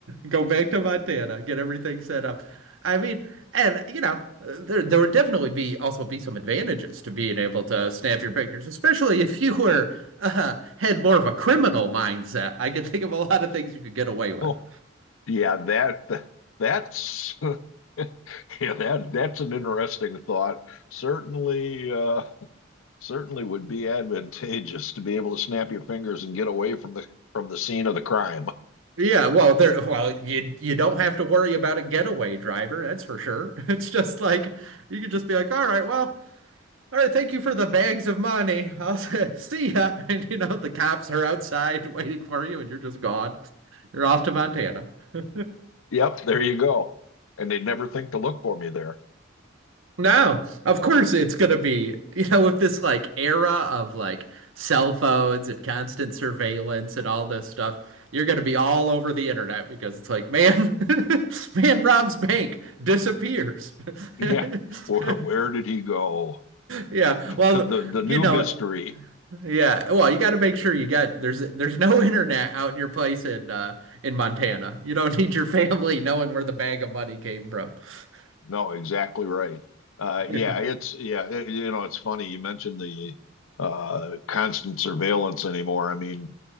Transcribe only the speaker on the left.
Oh, yeah, that that's <laughs> yeah, that that's an interesting thought. Certainly, uh, certainly would be advantageous to be able to snap your fingers and get away from the from the scene of the crime.
Yep, there you go. And they'd never think to look for me there.
Yeah.
Where, where did he go?
The, the the
new
mystery.
No, exactly right. Uh
yeah, it's yeah, it- you know, it's funny you mentioned the uh constant surveillance anymore. I mean,